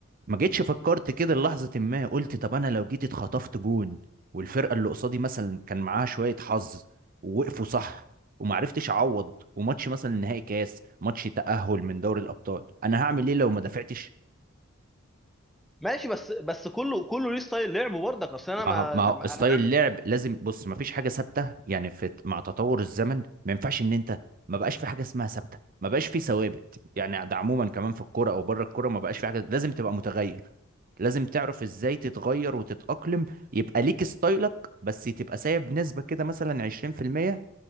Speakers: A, on the right; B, in the centre.
A: ما جيتش فكرت كده لحظه ما قلت طب انا لو جيت اتخطفت جون والفرقه اللي قصادي مثلا كان معاها شويه حظ ووقفوا صح ومعرفتش اعوض وماتش مثلا نهائي كاس ماتش تأهل من دوري الابطال انا هعمل ايه لو ما دافعتش
B: ماشي بس بس كله كله ليه ستايل لعبه برضك اصل انا
A: ما
B: ما
A: هو- ما
B: طب
A: هو
B: ما
A: ستايل
B: انا اعمل
A: اللعب
B: ايه
A: لازم بص ما فيش حاجه ثابته يعني في مع تطور الزمن ما ينفعش ان انت ما بقاش في حاجه اسمها ثابته ما بقاش في ثوابت يعني ده عموما كمان في الكوره او بره الكوره ما بقاش في حاجه لازم تبقى متغير لازم تعرف ازاي تتغير وتتأقلم يبقى ليك ستايلك بس تبقى سايب نسبة كده مثلا 20%